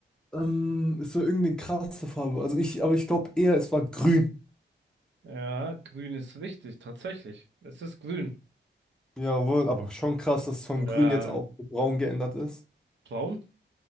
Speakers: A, in the centre; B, on the right (about 70°).
A: Ähm, es war irgendeine krasse Farbe. Also ich, aber ich glaube eher, es war Grün.
B: Ja, grün ist richtig, tatsächlich. Es ist grün.
A: Jawohl, aber schon krass, dass es von
B: Ja,
A: Grün jetzt auch zu Braun geändert ist.
B: braun?